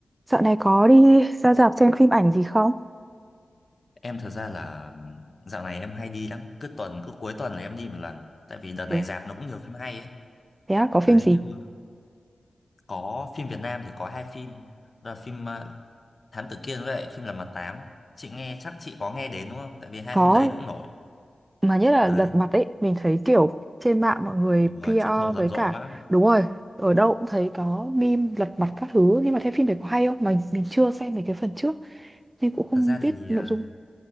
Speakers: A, on the right; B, on the left.
A: Dạo này có đi ra rạp xem phim ảnh gì không?
B: Em thật ra là dạo này em hay đi lắm, cứ tuần cứ cuối tuần là em đi một lần, tại vì đợt này
A: Thế, à?
B: rạp nó cũng nhiều phim hay ấy.
A: thế à, có phim
B: Đấy
A: gì?
B: nhưng mà có phim Việt Nam thì có hai phim, đó là phim ờ, Thám Tử Kiên với lại phim Lật Mặt Tám. Chị nghe chắc chị có nghe đến đúng không? Tại vì hai
A: Có,
B: phim đấy nó cũng nổi.
A: mà nhất là
B: Đấy,
A: lật mặt ấy, mình thấy kiểu trên mạng mọi người
B: rồi
A: PR
B: truyền thông
A: với
B: rầm rộ
A: cả
B: lắm.
A: đúng rồi, ở đâu cũng thấy có meme lật mặt các thứ, nhưng mà thế phim đấy có hay không? Mà mình chưa xem mấy cái phần trước nên cũng không
B: Thật ra
A: biết
B: thì
A: nội
B: ờ,
A: dung.